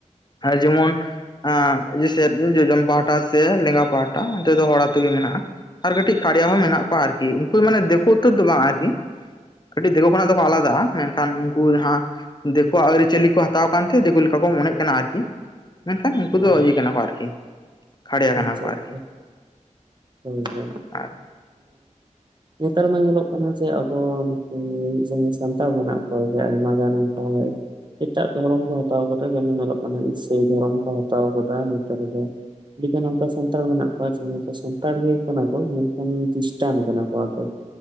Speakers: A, on the left; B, on the right.
A: ᱦᱮᱸ ᱡᱮᱢᱚᱱ ᱟᱸ ᱡᱚ ᱥᱮᱫ ᱡᱚᱡᱚᱢ ᱯᱟᱦᱟᱴᱟ ᱥᱮ ᱞᱮᱸᱜᱟ ᱯᱟᱦᱟᱴᱟ ᱚᱱᱛᱮ ᱫᱚ ᱦᱚᱲ ᱟᱹᱛᱩ ᱜᱮ ᱢᱮᱱᱟᱜ-ᱟ ᱟᱨ ᱠᱟᱹᱴᱤᱡ ᱠᱷᱟᱲᱭᱟ ᱦᱚᱸ ᱢᱮᱱᱟᱜ ᱠᱚᱣᱟ ᱟᱨᱠᱤ ᱩᱱᱠᱩ ᱫᱚ ᱢᱟᱱᱮ ᱫᱤᱠᱩ ᱩᱛᱟᱹᱨ ᱫᱚ ᱵᱟᱝ ᱟᱨᱠᱤ ᱠᱟᱹᱴᱤᱡ ᱫᱤᱠᱩ ᱠᱷᱚᱱᱟᱜ ᱫᱚᱠᱚ ᱟᱞᱟᱫᱟᱜ-ᱟ ᱢᱮᱱᱠᱷᱟᱱ ᱩᱱᱠᱩ ᱡᱟᱦᱟᱸ ᱫᱤᱠᱩᱣᱟᱜ ᱟᱹᱨᱤᱪᱟᱹᱞᱤ ᱠᱚ ᱦᱟᱛᱟᱣ ᱠᱟᱱᱛᱮ ᱫᱤᱠᱩ ᱞᱮᱠᱟ ᱠᱚ ᱢᱚᱱᱮᱜ ᱠᱟᱱᱟ ᱟᱨᱠᱤ ᱢᱮᱱᱠᱷᱟᱱ ᱩᱱᱠᱩ ᱫᱚ
B: ᱚ
A: ᱤᱭᱟᱹ ᱠᱟᱱᱟ ᱠᱚ ᱟᱨᱠᱤ ᱠᱷᱟᱲᱭᱟ
B: ᱟᱪᱪᱷᱟ
A: ᱠᱟᱱᱟ ᱠᱚ
B: ᱟᱪᱪᱷᱟ
A: ᱟᱨᱠᱤ
B: ᱮᱸ
A: ᱟᱨ
B: ᱱᱮᱛᱟᱨ ᱢᱟ ᱧᱮᱞᱚᱜ ᱠᱟᱱᱟ ᱡᱮ ᱟᱵᱚ ᱱᱩᱠᱩ ᱡᱟᱦᱟᱸᱭ ᱥᱟᱱᱛᱟᱲ ᱢᱮᱱᱟᱜ ᱠᱚᱣᱟ ᱡᱮ ᱟᱭᱢᱟᱜᱟᱱ ᱚᱱᱠᱟ ᱮᱴᱟᱜ ᱫᱷᱚᱨᱚᱢ ᱠᱚ ᱦᱟᱛᱟᱣ ᱠᱟᱫᱟ ᱡᱮᱢᱚᱱ ᱧᱮᱞᱚᱜ ᱠᱟᱱᱟ ᱤᱥᱟᱹᱭ ᱫᱷᱚᱨᱚᱢ ᱠᱚ ᱦᱟᱛᱟᱣ ᱠᱟᱫᱟ ᱱᱮᱛᱟᱨ ᱫᱚ ᱟᱹᱰᱤᱜᱟᱱ ᱚᱱᱠᱟ ᱥᱟᱱᱛᱟᱲ ᱢᱮᱱᱟᱜ ᱠᱚᱣᱟ <inaudible> ᱥᱟᱱᱛᱟᱲ ᱜᱮ ᱠᱟᱱᱟ ᱠᱚ ᱢᱮᱱᱠᱷᱟᱱ ᱠᱷᱤᱥᱴᱟᱱ ᱠᱟᱱᱟ ᱠᱚ ᱟᱫᱚ